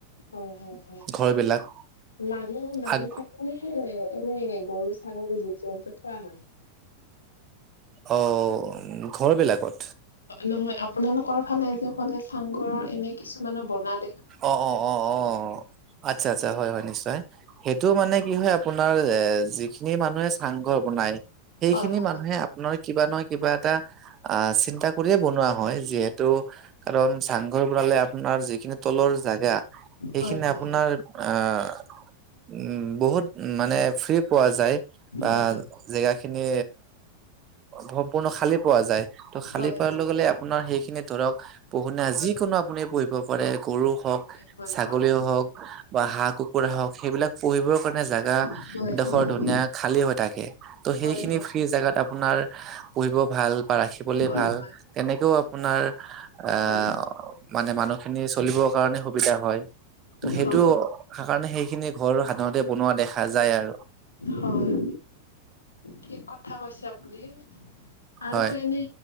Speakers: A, on the left (about 75°); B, on the right (about 30°).
A: হয় হয় হয়
B: ঘৰ বিলাক।
A: মানুহ মানুহ
B: আগ
A: থাকিলে এনেই গৰু ছাগলী জীৱ জন্তু থোৱা হয়?
B: অ ঘৰ বিলাকত?
A: নহয় আপোনালোকৰ ফালে যে কলে চাংঘৰৰ এনে কিছুমানৰ বনাত
B: অ অ অ অ আচ্ছা আচ্ছা হয় হয় নিশ্চয় সেইটো মানে কি হয় আপোনাৰ এ যিখিনি মানুহে চাংঘৰ বনাই সেইখিনি
A: হয় হয়
B: মানুহে আপোনাৰ কিবা নহয় কিবা এটা আহ চিন্তা কৰিয়ে বনোৱা হয় যিহেতু কাৰণ চাংঘৰ বনালে আপোনাৰ যি তলৰ জাগা সেইখিনি
A: হয় হয়
B: আপোনাৰ আহ উ বহুত উ মানে ফ্ৰী পোৱা যায় বা
A: হয় হয়
B: জেগাখিনি সম্পূৰ্ণ খালী পোৱা যায় ত' খালী
A: হয় হয়
B: পোৱাৰ
A: হয়
B: লগে লগে আপোনাৰ সেইখিনি ধৰক পোহনীয়া
A: হয়
B: যিকোনো আপুনি পুহিব পাৰে গৰু হওক,
A: হয়
B: ছাগলী
A: হয় হয়
B: হওক, বা হাঁহ -কুকুৰা হওক, সেইবিলাক পুঢ়িব কাৰণে জাগা
A: হয় হয় হয়
B: ডোখৰ
A: হয়
B: ধুনীয়া খালী হৈ থাকে। ত' সেইখিনি
A: হয় হয়
B: ফ্ৰী জাগাত আপোনাৰ পুহিব ভাল বা ৰাখিবলৈ ভাল
A: হয়
B: তেনেকেও আপোনাৰ এ
A: হয়
B: মানে মানুহখিনি চলিবৰ কাৰণে সুবিধা হয়। ত সেইটো
A: হয়
B: কাৰণে সেইখিনি ঘৰ সাধাৰণতে বনোৱা দেখা যায় আৰু
A: হয় থিক কথা কথা কৈছে আপুনি আৰু
B: হয়
A: এনে